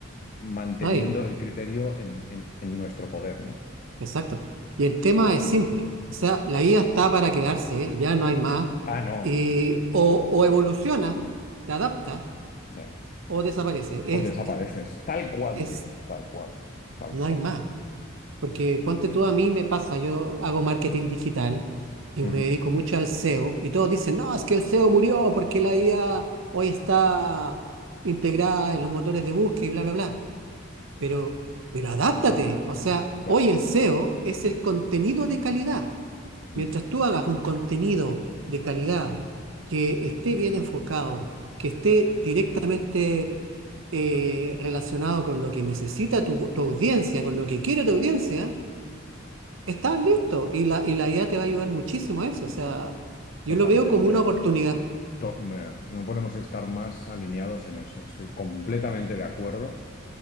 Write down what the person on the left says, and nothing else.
manteniendo
el criterio en, en- en nuestro poder, ¿no?
Ah, no,
sí.
eh,
O desapareces. Tal cual,
tío. Tal cual. Tal
cual.
Ujú,
Claro.
ujú,
Totalmente.
To- me- No podemos estar más alineados en eso. Estoy completamente de acuerdo.